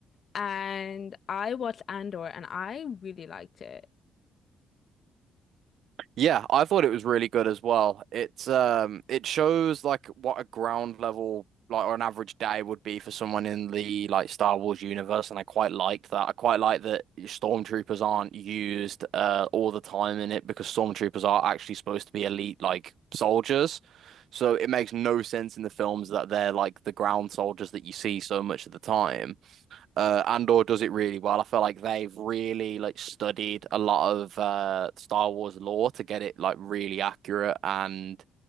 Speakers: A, on the left; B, on the right.
A: and I watched Andor and I really liked it.
B: Yeah, I thought it was really good as well. It's um it shows like what a ground level like or an average day would be for someone in the like Star Wars universe and I quite liked that. I quite like that stormtroopers aren't used uh all the time in it because stormtroopers are actually supposed to be elite like soldiers. So it makes no sense in the films that they're like the ground soldiers that you see so much of the time. Uh, Andor does it really well. I feel like they've really like studied a lot of uh Star Wars lore to get it like really accurate and